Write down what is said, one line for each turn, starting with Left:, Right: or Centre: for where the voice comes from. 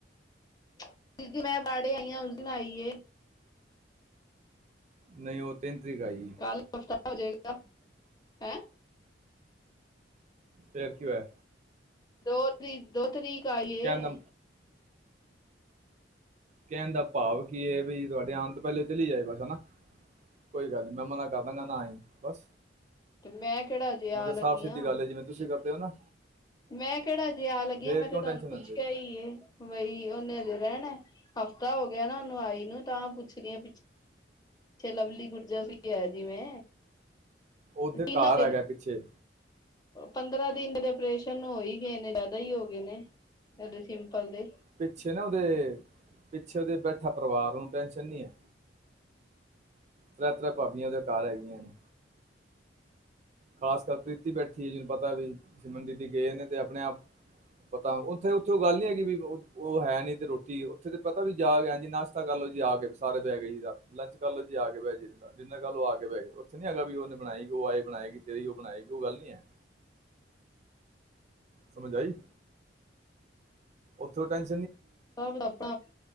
Left: ਜਿਸ ਦਿਨ ਮੈਂ <unintelligible> ਆਈ ਹਾਂ ਉਸ ਦਿਨ ਆਈਏ
Right: ਨਹੀਂ ਉਹ ਤਿੰਨ ਤਰੀਕ ਆਈ
Left: ਕੱਲ ਹਫ਼ਤਾ ਹੋ ਜਾਏਗਾ ਹੈਂ
Right: ਫਿਰ ਕੀ ਹੋਇਆ
Left: ਦੋ ਤਰੀਕ ਦੋ ਤਰੀਕ <unintelligible>
Right: ਕਹਿਣ ਦਾ ਕਹਿਣ ਦਾ ਭਾਵ ਕੀ ਹੈ ਵੀ ਤੁਹਾਡੇ ਆਣ ਪਹਿਲੇ ਚਲੀ ਜਾਏ ਬਸ ਹਨਾ ਕੋਈ ਗੱਲ ਨੀ ਮੈਂ ਮਨਾ ਕਰਦਾਂਗਾ ਨਾ ਆਈ ਬਸ,
Left: ਤੇ ਮੈਂ ਕਿਹੜਾ ਹਜੇ ਆ
Right: ਹੁਣ ਤਾਂ
Left: ਲੱਗੀਆਂ।
Right: ਸਾਫ਼ ਸਿੱਧੀ ਗੱਲ ਹੈ ਜਿਵੇਂ ਤੁਸੀਂ ਕਰਦੇ ਔ ਨਾ,
Left: ਮੈਂ ਕਿਹੜਾ ਜੇ ਆ ਲੱਗੀਆਂ
Right: ਫੇਰ
Left: ਮੈਂ
Right: ਕਿਉਂ
Left: ਤੇ ਤੁਹਾਨੂੰ
Right: ਟੈਨਸ਼ਨ
Left: ਪੁੱਛਿਆ
Right: ਲੈਂਦੇ ਹੋ
Left: ਹੀਏ ਬਈ ਉਨੇ ਹਜੇ ਰਹਿਣਾ ਹਫਤਾ ਹੋ ਗਿਆ ਨਾ ਉਹਨੂੰ ਆਈ ਨੂੰ ਤਾਂ ਪੁੱਛਦੀ ਆ ਪਿੱਛ ਇੱਛੇ ਲਵਲੀ ਗੁਰਜਰ ਵੀ ਹੈ ਜਿਵੇਂ
Right: ਉਹਦੇ
Left: <unintelligible>
Right: ਘਰ
Left: ਨਾਂ
Right: ਹੈਗਾ ਪਿੱਛੇ
Left: ਪੰਦਰਾਂ ਦਿਨ ਔਪਰੇਸ਼ਨ ਹੋ ਹੀ ਗਏ ਨੇ ਜ਼ਿਆਦਾ ਹੀ ਹੋ ਗਏ ਨੇ ਸਿੰਪਲ ਤੇ
Right: ਪਿੱਛੇ ਨਾ ਉਹਦੇ ਪਿੱਛੇ ਉਹਦੇ ਬੈਠਾ ਪਰਿਵਾਰ ਨੂੰ ਟੈਸ਼ਨ ਨੀ ਹੈ। ਤਰਾ ਤਰਾ ਭਾਬੀਆਂ ਉਹਦੇ ਘਰ ਹੈਗੀਆਂ ਨੇ, ਖਾਸ ਕਰ ਪ੍ਰੀਤੀ ਬੈਠੀ ਹੈ, ਜਿਹਨੂੰ ਪਤਾ ਵੀ ਸਿਮਨ ਦੀਦੀ ਗਏ ਨੇ ਤੇ ਆਪਣੇ ਆਪ ਪਤਾ ਉੱਥੇ-ਉੱਥੇ ਉਹ ਗੱਲ ਨੀ ਹੈਗੀ ਵੀ ਉਹ ਹੈ ਨੀ ਨਹੀਂ ਤੇ ਰੋਟੀ ਉੱਥੇ ਤੇ ਪਤਾ ਵੀ ਜਾ ਗਿਆ ਜੀ ਨਾਸ਼ਤਾ ਕਰ ਲਓ ਜੀ ਆ ਕੇ ਸਾਰੇ ਬਹਿ ਗਏ ਜੀ ਰਾਤ ਲੰਚ ਕਰ ਲਓ ਜੀ ਆ ਕੇ ਬਹਿ ਜੀ ਡਿਨਰ ਕਰ ਲਓ ਆ ਕੇ ਬਹਿ ਗਏ ਉੱਥੇ ਨੀ ਹੈਗਾ ਵੀ ਉਹਨੇ ਬਣਾਈ ਗੀ ਉਹ ਆਏ ਬਣਾਏਗੀ। ਤੇਰੀ ਉਹ ਬਣਾਏਗੀ ਉਹ ਗੱਲ ਨੀ ਹੈ। ਸਮਝ ਆਈ। ਉੱਥੋਂ ਟੈਨ
Left: <unintelligible>